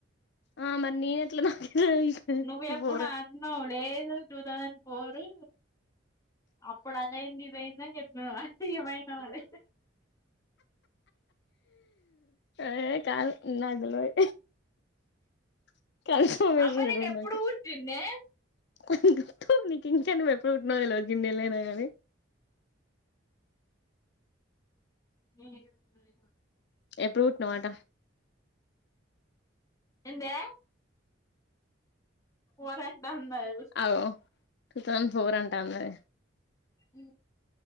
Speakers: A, on the left (about 60°); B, on the left (about 20°).
A: ఆ మరి నేను ఎట్లా నాకు తెలుస్తది
B: నువ్వెప్పుడు
A: ఫోర్
B: అన్నవు లేదు టూ తౌసండ్ ఫోరు అప్పుడు అదైంది ఇదైందని చెప్పినావు <inaudible> ఏమైనాం అది
A: ఆ ఏ కాదు నాకు తెల్వది <inaudible>
B: అమ్మ
A: ఈ
B: నేను
A: రోజు
B: ఎప్పుడు
A: నాకు
B: పుట్టిన్నే
A: <unintelligible> నీకు ఇంకా నువ్ ఎప్పుడు పుట్టినావు తెల్వదు గిన్నేళ్ళైనా గానీ
B: నేను ఈడ ఉన్నది మా
A: ఎప్పుడు పుట్టినావు అట
B: ఎందే పోరాన్ డాందా గుస్
A: అగో టూ థౌసండ్ ఫోర్ అంటాందే
B: ఊ